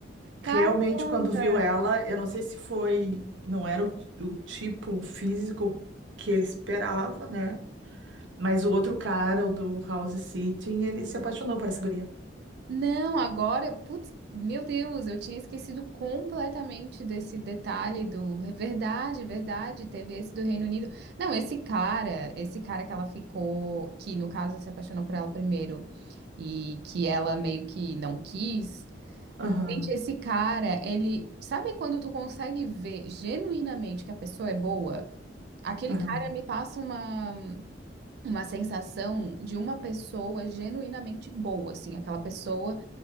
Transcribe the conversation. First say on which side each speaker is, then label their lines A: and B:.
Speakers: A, on the right; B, on the right.
A: Caramba!
B: realmente, quando viu ela, eu não sei se foi, não era o, o tipo físico que ele esperava, né? Mas o outro cara, o do House Sitting, ele se apaixonou por essa guria.
A: Não, agora, putz, meu Deus, eu tinha esquecido completamente desse detalhe do, é verdade, é verdade, teve esse do Reino Unido. Não, esse cara, esse cara que ela ficou, que no caso se apaixonou por ela primeiro e que ela meio que não quis.
B: Aham,
A: Gente, esse cara, ele, sabe quando tu consegue ver genuinamente que a pessoa é boa? Aquele
B: aham.
A: cara me passa uma uma sensação de uma pessoa genuinamente boa, assim, aquela pessoa